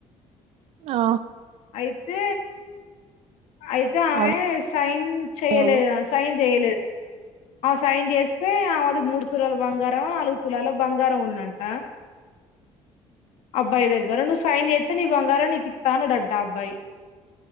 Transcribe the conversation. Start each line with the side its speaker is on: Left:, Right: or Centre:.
Right: ఆ
Left: అయితే అయితే ఆమె
Right: అదే
Left: సైన్ చెయలేదా
Right: అదే
Left: సైన్ చెయ సైన్ చేస్తే ఆది మూడు తులాల బంగారం నాలుగు తులాల బంగారం ఉందంట అబ్బాయి దగ్గర నువ్వు సైన్ చేస్తే నీ బంగారం నీకు ఇస్తా ఆ అబ్బాయి